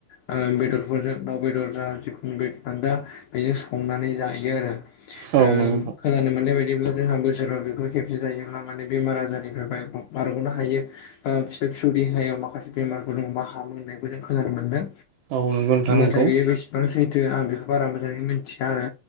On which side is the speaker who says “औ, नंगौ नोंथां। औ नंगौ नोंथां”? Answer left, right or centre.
Right